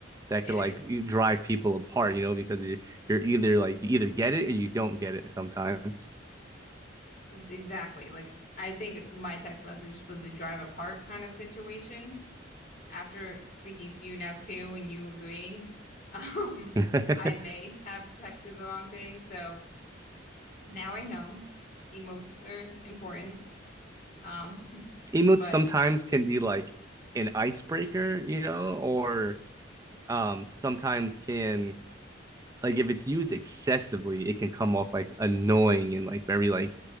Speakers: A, on the right; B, on the left.
A: that
B: It
A: could like
B: is.
A: drive people apart you know because you, you're either like you either get it or you don't get it sometimes
B: Exactly. Like I think my text message was a drive apart kind of situation. after speaking to you now too, and you agreeing, <laughs> um,
A: <laughs>
B: I may have texted the wrong thing. So now I know emotes are important. Um, <laughs>
A: emotes
B: but
A: sometimes can be like an icebreaker you know or um sometimes can like if it's used excessively it can come off like annoying and like very like